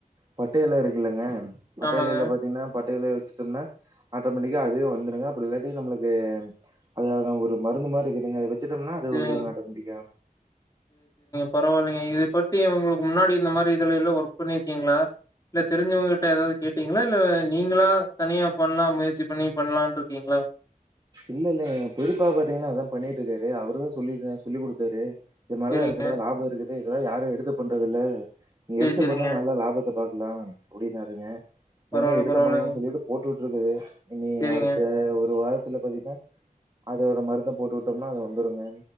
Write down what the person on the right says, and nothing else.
பட்டை இலை இருக்குல்லங்க பட்டை
இலையில பாத்தீங்கன்னா பட்டைலை <unintelligible> அட்டோமேட்டிக்க அதுவே வந்துருங்க அப்டில்லடி நம்மளுக்கு அத ஒரு மருந்து மாரி இருக்கு அது வச்சிட்டோம்னா அது
வந்துருங்க அட்டோமெட்டிக்க
இல்ல இல்லங்க பெரியப்பா பாத்தீங்கன்னா அதான் பண்ணிட்டு இருக்காரு அவரு தான் சொல் சொல்லி் குடுத்தாரு இத மாரி
எல்லா இருக்குடா லாபம் இருக்குது இத யாரு எடுத்து பண்றதுல்ல நீ
எடுத்து
பண்ணு நல்ல லாபத்த பாக்கலாம் அப்டினாருங்க அதாங்க
எடுத்து
பண்ணலாம்னு சொல்லிட்டு போட்டு <unintelligible> இனி
அடுத்த ஒரு வாரத் இதுல பாத்தீங்கன்னா அதோட மருந்த போட்டுட்டோம்னா அது வந்துருங்க